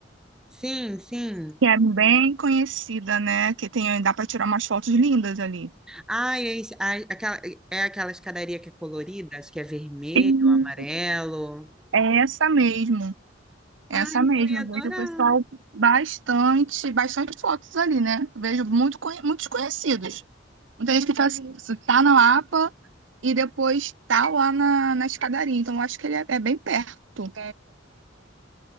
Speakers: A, in the centre; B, on the right.
A: Sim, sim.
B: que é bem conhecida, né? Que tem, dá para tirar umas fotos lindas ali.
A: Ah, é, isso- ah, aquela, é aquela escadaria que é colorida, acho que é vermelho,
B: E
A: amarelo.
B: é essa mesmo, é essa
A: Ai,
B: mesmo.
A: eu ia
B: Eu
A: adorar.
B: vejo o pessoal bastante, bastante fotos ali, né? Vejo muito, conhe- muitos conhecidos. Muita gente que tá, tá na Lapa e depois tá lá na, na escadaria. Então, eu acho que ele é, é bem perto.